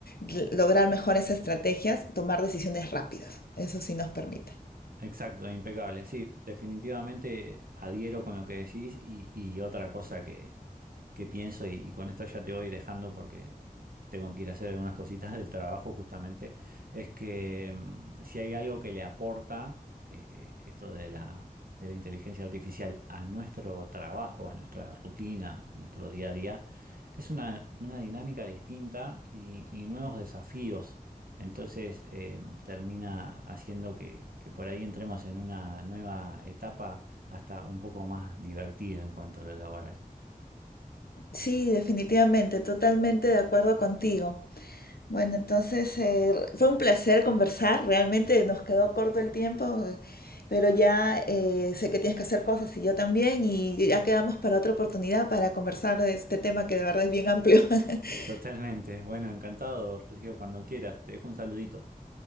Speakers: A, on the left; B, on the right.
A: l- lograr mejores estrategias, tomar decisiones rápidas. Eso sí nos permite.
B: Exacto, impecable. Sí, definitivamente adhiero con lo que decís y, y otra cosa que, qué pienso y, y con esto ya te voy dejando porque tengo que ir a hacer algunas cositas del trabajo justamente, es que mm, si hay algo que le aporta eh, eh, esto de la, de la inteligencia artificial a nuestro trabajo, a nuestra rutina, a nuestro día a día, es una, una dinámica distinta y, y nuevos desafíos. Entonces eh, termina haciendo que, que por ahí entremos en una nueva etapa hasta un poco más divertida en cuanto a lo laboral.
A: Sí, definitivamente, totalmente de acuerdo contigo. Bueno, entonces eh, fue un placer conversar, realmente nos quedó corto el tiempo, eh, pero ya eh, sé que tienes que hacer cosas y yo también, y ya quedamos para otra oportunidad para conversar de este tema que de verdad es bien amplio. <laughs>
B: Totalmente. Bueno, encantado, Rocío, cuando quieras. Te dejo un saludito.